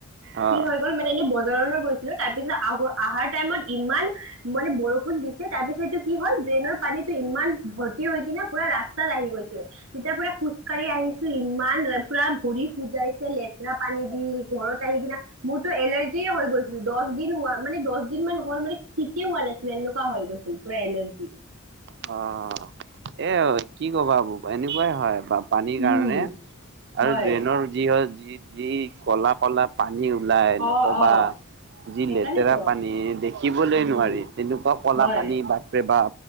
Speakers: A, on the right; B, on the right.
A: অ',
B: কি হৈ গ'ল মানে, এনেই ব <unintelligible> গৈছিলো, তাৰপিছত আহ, আহাৰ টাইমত ইমান মানে বৰষুণ দিছে তাৰপিছতটো কি হ'ল, ড্ৰেইনৰ পানীতটো ইমান বৰ হৈ কিনে পুৰা ৰাস্তাত আহি গৈছিল। তেতিয়া পুৰা খোজকাঢ়ি আহিছো, ইমান লেতৰা ভৰি খুজাইছে লেতেৰা পানী দি ঘৰত আহি কিনা মোৰতো এলাৰ্জিয় হৈ গৈছিল দহ দিন, হোৱা মানে দহ দিন মান হল মানে ঠিকেই হোৱা নাছিল, এনেকুৱা হৈ গৈছিল। পুৰা এলাৰ্জি <inaudible>
A: অ'। এ কি কবা এবু, এনেকুৱাই হয়। বা পানীৰ
B: উম
A: কাৰণে,
B: হয়
A: আৰু ড্ৰেইনৰ যি হয় যি যি, কলা কলা পায় পানী ওলাই নকবা,
B: অ অ
A: যি
B: সেইকাৰণেতো
A: লেতেৰা পানী দেখিবলৈ
B: উম
A: নোৱাৰি, তেনেকুৱা কলা
B: হয়
A: পানী বাাপ প্ৰে ভাৱ।